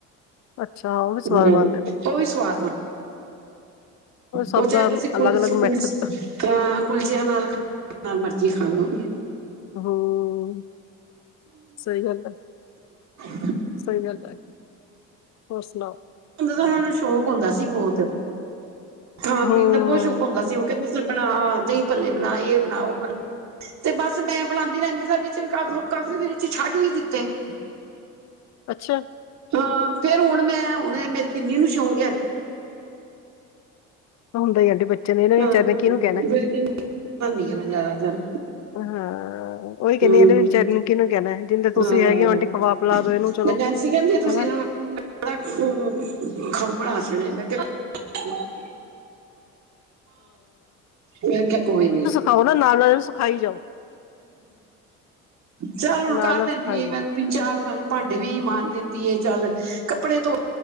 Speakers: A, on the left (about 55°); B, on the right (about 55°).
A: ਅੱਛਾ ਉਹ ਵੀ ਸਵਾਦ
B: ਹੂੰ
A: ਬਣਦੇ ਨੇ
B: ਉਹ ਵੀ ਸਵਾਦ ਬਣ ਉਹ
A: ਸਭ
B: ਚਾਹੇ
A: ਦਾ
B: ਤੁਸੀਂ ਕੁਲਸ-ਕੁਲਸ
A: ਅਲੱਗ ਅਲੱਗ ਮੈਥਡ
B: ਤਾਂ ਕੁਲਚਿਆਂ ਨਾਲ <inaudible> ਜਿਹਦੇ ਨਾਲ ਮਰਜੀ ਖਾ ਲੋ।
A: ਹੂੰ ਸਹੀ ਗੱਲ ਹੈ,
B: <unintelligible>
A: ਸਹੀ ਗੱਲ ਐ, ਹੋਰ ਸੁਣਾਓ?
B: ਹੁੰਦਾ ਤਾਂ ਸਾਨੂੰ ਸ਼ੌਕ ਹੁੰਦਾ ਸੀ ਬਹੁਤ, ਖਾਣ
A: ਹੂੰ,
B: ਪੀਣ ਦਾ ਬਹੁਤ ਸ਼ੌਕ ਹੁੰਦਾ ਸੀ ਉਹ ਕਹਿੰਦੇ ਸੀ, ਬਣਾ ਦਹੀਂ ਪੱਲੇ ਬਣਾ ਇਹ ਬਣਾ, ਉਹ ਬਣ ਤੇ ਬਸ ਮੈਂ ਬਣਾਦੀ ਰਹਿੰਦੀ ਸਾਂ ਵਿੱਚ ਕਾਫੀ ਫਿਰ, ਕਾਫੀ ਦੇ ਵਿੱਚ ਛੱਡ ਵੀ ਦਿੱਤੇ। <inaudible>
A: ਅੱਛਾ।
B: ਹਾਂ ਫੇਰ ਹੁਣ ਮੈਂ ਹੁਣ ਮੇਰੀ ਕਿੰਨੀ ਨੂੰ ਸ਼ੌਂਕ ਆ।
A: ਹੁੰਦਾ ਹੀ ਆਂਟੀ ਬੱਚੇ ਨੇ ਇਹਨੇ
B: ਹਾਂ
A: ਵਿਚਾਰੇ
B: ਫਿਰ
A: ਨੇ ਕੀਨੂੰ ਕਹਿਣਾ।
B: ਕਿੰਨੀ <unintelligible> ਮੈਂ ਜ਼ਿਆਦਾਤਰ।
A: ਹਾਂ, ਉਹੀ ਕਹਿੰਦੀ
B: ਹੁੰ,
A: ਇਹਨੇ ਵੀ ਵਿਚਾਰੇ ਨੂੰ ਕਿਹਨੂੰ ਕਹਿਣਾ ਹੈ, ਜਿੰਦੇ ਤੁਸੀਂ
B: ਹਾਂ
A: ਹੈਗੇ ਹੋ ਆਂਟੀ ਖਵਾ ਪਿਲਾ ਦੋ ਇਹਨੂੰ ਚਲੋ
B: ਤੇ ਨੈਂਸੀ ਕਹਿੰਦੇ ਤੁਸੀਂ
A: ਹਨਾ।
B: ਨਾ <unintelligible> ਖਾਊ ਬਣਾ ਛੜੇ ਨੇ ਮੈਂ ਕਿਹਾ <unintelligible> ਮੈਂ ਕਿਹਾ ਕੋਈ ਨੀ।
A: ਖਾਓ ਨਾ ਨਾਲ-ਨਾਲ ਸਖਾਈ ਜਾਓ।
B: ਚੱਲ ਹੁਣ
A: ਨਾਲ
B: ਕਰ
A: ਨਾਲ
B: ਦੇਂਦੀ
A: ਸਿਖਾਈ
B: ਆ
A: ਜਾਓ।
B: ਮੈ। ਤਿੰਨ-ਚਾਰ-ਪੰਜ ਭਾਵੇਂ ਭਾਂਡੇ ਵੀ ਮਾਂਜ ਦਿੰਦੀ ਏ ਚੱਲ, ਕੱਪੜੇ ਧੋ